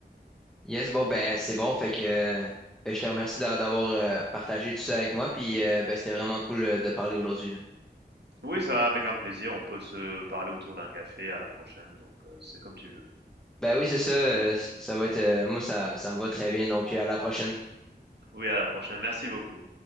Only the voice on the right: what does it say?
Oui, ça, avec un plaisir. On peut se parler autour d'un café à la prochaine. Donc, euh, c'est comme tu veux.
Oui, à la prochaine. Merci beaucoup.